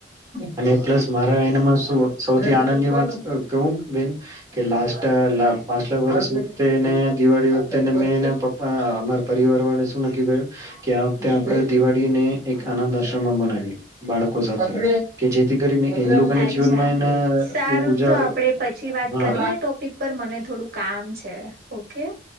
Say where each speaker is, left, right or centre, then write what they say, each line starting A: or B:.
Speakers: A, on the right (about 20°); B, on the right (about 55°).
A: અને પ્લસ મારા એનામાં શુ સૌથી આનંદની વાત કેવું બેન કે લાસ્ટ અલા પાછલા વર્ષ વખતેને દિવાળી વખતે ને મે પપ્પા અમારા પરિવાર વાળા શું નક્કી કર્યું કે આ વખતે આપણે દિવાળીને એક આનંદ આશ્રમમાં ભનાવીયે બાળકો સાથે કે જેથી કરીને એ લોકોના
B: અચ્છા
A: જીવનમા એના
B: સારું
A: ઉજાડો
B: તો આપણેે પછી વાત
A: હા
B: કરી આ ટોપિક પર મને થોડું કામ છે ઓકે